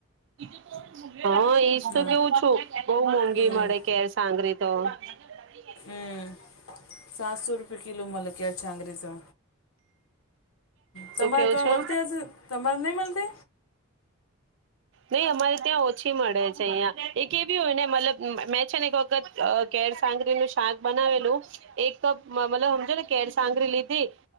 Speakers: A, on the right (about 60°); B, on the left (about 75°).
A: <inaudible> હા ઈજ
B: હા
A: તો કેવું છું. બહું મોંઘી
B: હમ
A: મળે કેરસાંગરી તો. <inaudible>
B: હમ્મ. સાતસો રૂપિયા કિલો <unintelligible> તો. તમારે
A: શું કેવું
B: ત્યાં
A: છો
B: મલતી હશે, તમારે નહીં મલતે?
A: નહીં અમારે ત્યાં ઓછી મળે છે અહિયાં. એક એ બી હોય ને મતલબ મેં છે ને એક વ ખત કેરસાંગરી નું શાક બનાવેલું એક કપ મ મતલબ હમજો ને કેરસાંગરી લીધી,